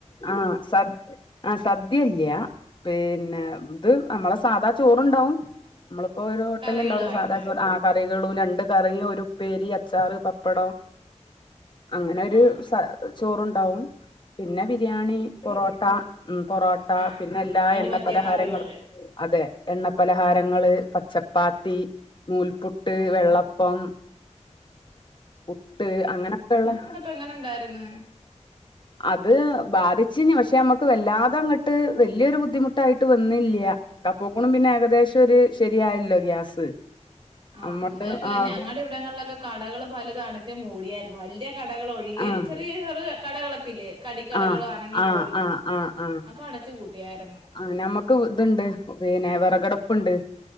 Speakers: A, on the left; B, on the right.
A: ആഹ് സ ആഹ് സദ്യയില്ല്യ പിന്നെ ഇത് നമ്മളെ സാധാ ചോറുണ്ടാവും നമ്മളിപ്പോ ഒരു ഹോട്ടലിണ്ടാവോലെ
B: കറികളുമായിട്ട്
A: സാധാ ചോറ് ആഹ് കറികളും രണ്ട് കറിയും ഒരു ഉപ്പേരി അച്ചാറ് പപ്പടം അങ്ങനൊരു
B: ആഹ്
A: സ ചോറുണ്ടാവും പിന്നെ ബിരിയാണി, പൊറോട്ട മ്മ് പൊറോട്ട
B: ആഹ്
A: പിന്നെല്ലാ
B: അയിന്
A: എണ്ണ
B: പറ്റിയ
A: പലഹാരങ്ങളും
B: കറികള്
A: അതെ എണ്ണ പലഹാരങ്ങള് പച്ചപ്പാത്തി നൂൽപ്പുട്ട്,
B: ആഹ്
A: വെള്ളപ്പം, പുട്ട് അങ്ങനെക്കെള്ളേ
B: എങ്ങനൊണ്ടാരുന്ന്
A: അത് ബാധിച്ചിഞ് പക്ഷെ നമ്മുക്ക് വല്ലാതെ അങ്ങട്ട് വല്യൊരു ബുദ്ധിമുട്ടായിട്ട് വന്നില്ല. <unintelligible> പിന്നെ ഏകദേശൊരു ശരിയായാല്ലോ ഗ്യാസ്
B: ആഹ്
A: നമ്മള്
B: അന്നെക്കെ
A: ആഹ്
B: ഞങ്ങടെ ഇവടങ്ങളിലക്കെ കടകള് പലത് അടഞ്ഞ് മൂടിയായിരുന്നു വല്യ കടകളൊഴികെ
A: ആഹ്
B: ചെറിയ ചെറ കടകളക്കെയില്ലേ കടിക്കടകളാണെങ്കിൽ
A: ആഹ് ആഹ്
B: പോലും
A: ആഹ് ആഹ് ആഹ്
B: അതക്ക അടച്ച് പൂട്ടിയായിരുന്നു
A: ആഹ് നമ്മക്ക് ഇതുണ്ട് പിന്നെ വെറകടപ്പുണ്ട്